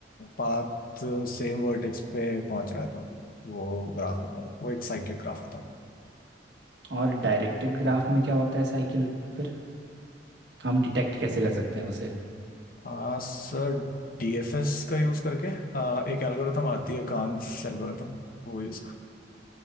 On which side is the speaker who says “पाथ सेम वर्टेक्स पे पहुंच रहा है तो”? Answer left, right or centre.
Left